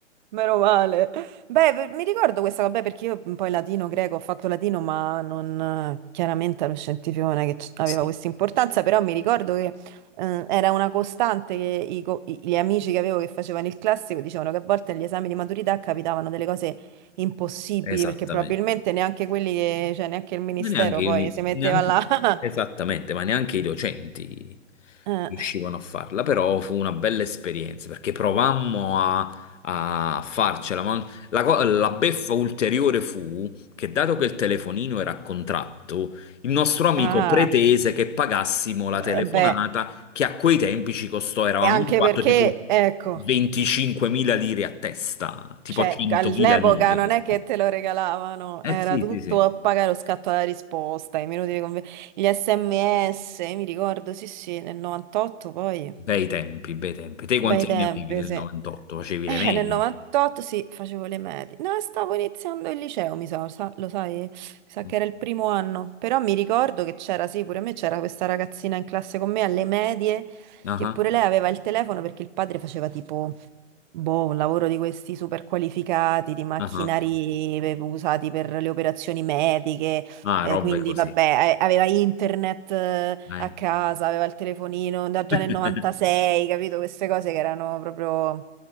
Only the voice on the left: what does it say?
Sì,
esattamente.
Ma neanche,
neanche
esattamente, ma neanche i docenti
riuscivano a farla, però fu una bella esperienza perché provammo a, a farcela, ma la, co- la beffa ulteriore fu che dato che il telefonino era a contratto, il nostro amico
pretese che pagassimo la
telefonata
che a quei tempi ci costò, eravamo
in quattro
tipo
25.000 lire a testa, tipo
100.000
lire
costò.
Eh
sì,
sì, sì.
Bei tempi, bei tempi. Te
quanti
anni avevi nel
98? Facevi
le medie?
Mm.
Ah,
ah, ah.
Ah,
robe
così.
eh.
<laughs>